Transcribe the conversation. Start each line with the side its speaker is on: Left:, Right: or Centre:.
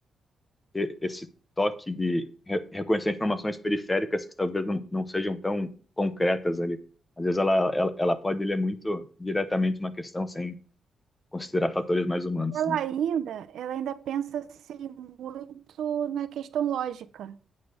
Left: ter esse toque de re- reconhecer informações periféricas que talvez não, não sejam tão concretas ali. Às vezes ela, ela, ela pode ler muito diretamente uma questão sem considerar fatores mais humanos,
Right: Ela
Left: né?
Right: ainda, ela ainda pensa assim muito na questão lógica.